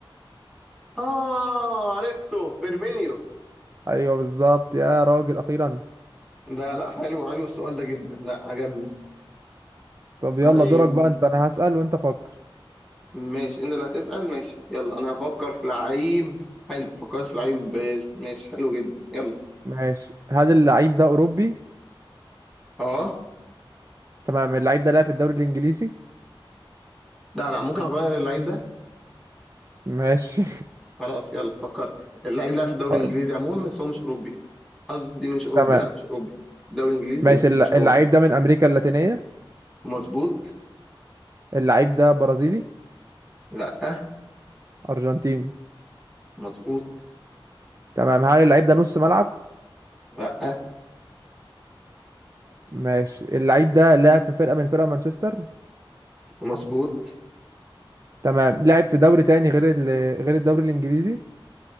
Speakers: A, in the centre; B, on the right (about 35°).
A: اه عرفته فيرمينيو
B: ايوه بالظبط يا راجل اخيرا
A: ده لا حلو حلو السؤال ده جدا لا عجبني
B: طب يلا
A: طيب
B: دورك بقى انت انا هسأل وانت فكر
A: ماشي انت اللي هتسأل ماشي يلا انا هفكر في لعيب حلو فكرت في لعيب بس ماشي حلو جدا يلا
B: ماشي هل اللعيب ده اوروبي
A: اه
B: تمام اللعيب ده لعب في الدوري الانجليزي
A: لا لا ممكن اغير اللعيب ده
B: ماشي
A: خلاص يلا فكرت اللعيب لعب في الدوري
B: <laughs>
A: الانجليزي عموما بس هو مش اوروبي قصدي مش اوروبي
B: تمام
A: لا مش اوروبي دوري انجليزي
B: ماشي الل-
A: مش اوروبي
B: اللعيب ده من امريكا اللاتينية
A: مظبوط
B: اللعيب ده برازيلي
A: لا
B: ارجنتيني
A: مظبوط
B: تمام هل اللعيب ده نص ملعب
A: لا
B: ماشي اللعيب ده لاعب في فرقة من فرق مانشستر
A: مظبوط
B: تمام لعب في دوري تاني غير ال... غير الدوري الانجليزي